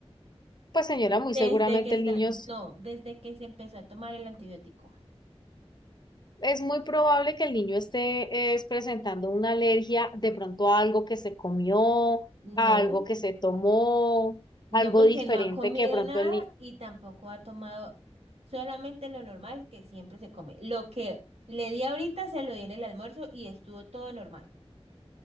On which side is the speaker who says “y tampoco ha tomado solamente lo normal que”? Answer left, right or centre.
Right